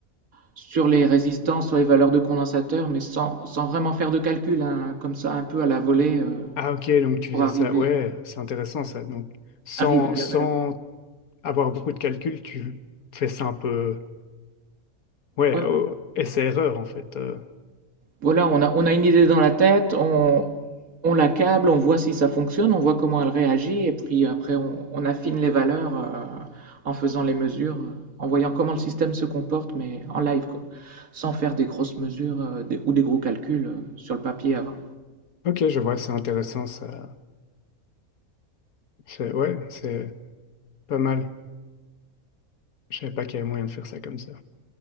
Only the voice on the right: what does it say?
sur les résistances, sur les valeurs de condensateur, mais sans, sans vraiment faire de calcul, hein, comme ça, un peu à la volée, euh,
pour
arriver,
arriver à
la valeur.
Ouais,
Voilà, on a, on a une idée dans la tête, on, on l'accable, on voit si ça fonctionne, on voit comment elle réagit, et puis après, on, on affine les valeurs euh, en faisant les mesures, euh, en voyant comment le système se comporte, mais en live, quoi, sans faire des grosses mesures euh, des- ou des gros calculs euh, sur le papier avant.